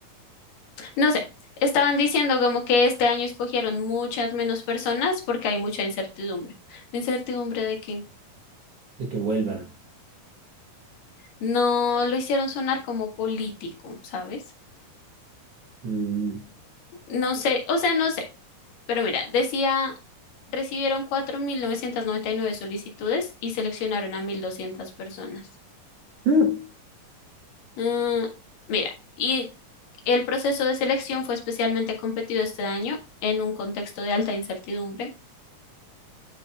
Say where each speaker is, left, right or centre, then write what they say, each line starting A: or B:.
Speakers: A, on the left; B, on the right.
A: no sé. Estaban diciendo como que este año escogieron muchas menos personas porque hay mucha incertidumbre. ¿Incertidumbre de que
B: de que vuelvan.
A: No lo hicieron sonar como político, ¿sabes?
B: Mm,
A: No sé, o sea, no sé. Pero mira, decía Recibieron 4.999 solicitudes y seleccionaron a 1.200 personas.
B: mm,
A: Mm, mira, y el proceso de selección fue especialmente competido este año en un contexto de alta incertidumbre,